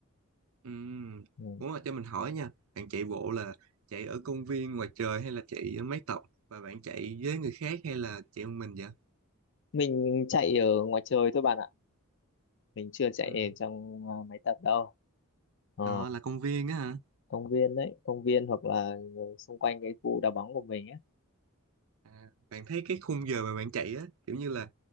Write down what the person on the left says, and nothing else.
Ừ.
mình chạy ở ngoài trời thôi bạn ạ mình chưa chạy
ở trong ờ, máy tập đâu Ờ,
công viên đấy công viên hoặc là ờ, xung quanh cái khu đá bóng của mình ấy